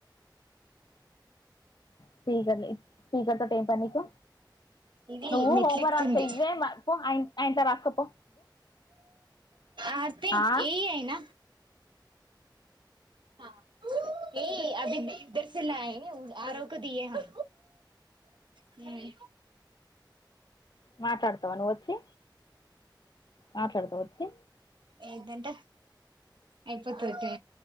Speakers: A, on the left; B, on the right.
A: స్పీకర్లే స్పీకర్ తోటి ఏం పని నీకు
B: ఇది
A: నువ్వు
B: మెట్లెక్తుంది
A: హోమ్ వర్ రాస్కో ఇవే మపో ఆయ ఆ ఇంట్ల రాస్కపో
B: ఆర్తీ
A: ఆ
B: ఈయైన పా ఏ అభి ఈద్ ఇదర్ సేలయింగ ఆరోకో దియేనా హుమ్మ్
A: మాట్లాడుతవా నువు వచ్చి మాట్లాడుతవొచ్చి
B: ఏంటంట అయిపోతద్తే